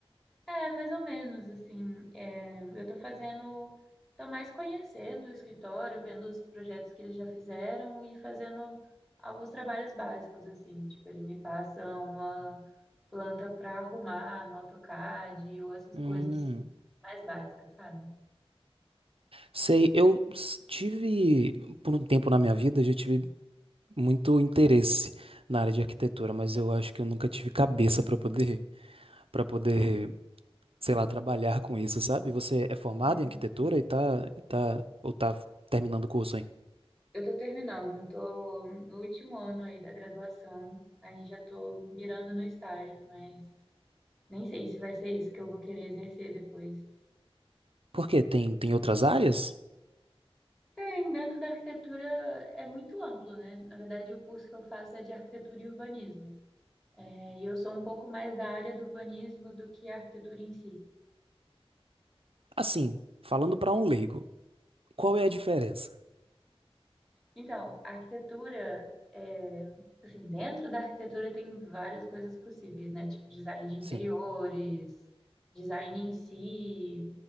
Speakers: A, in the centre; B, on the right.
A: É, mais ou menos, assim, é, eu tô fazendo, tô mais conhecendo o escritório, vendo os projetos que eles já fizeram e fazendo alguns trabalhos básicos, assim, tipo, ele me passa uma planta para arrumar no AutoCAD ou essas
B: Hum,
A: coisas mais básicas, sabe?
B: sei, eu s- tive, por um tempo na minha vida, eu já tive muito interesse na área de arquitetura, mas eu acho que eu nunca tive cabeça para poder, para poder sei lá, trabalhar com isso, sabe? Você é formado
A: Hum.
B: em arquitetura e tá, e tá, ou tá terminando o curso ainda.
A: Eu tô terminando, eu tô no último ano aí da graduação, aí já tô mirando no estágio, mas nem sei se vai ser isso que eu vou querer exercer depois.
B: Por quê? Tem, tem outras áreas?
A: É, em dentro da arquitetura é muito amplo, né? Na verdade, o curso que eu faço é de arquitetura e urbanismo. É, e eu sou um pouco mais da área do urbanismo do que a arquitetura em si.
B: Assim, falando pra um leigo, qual é a diferença?
A: Então, a arquitetura, é, assim, dentro da arquitetura tem várias coisas possíveis, né? Tipo design de interiores,
B: Sim,
A: design em si,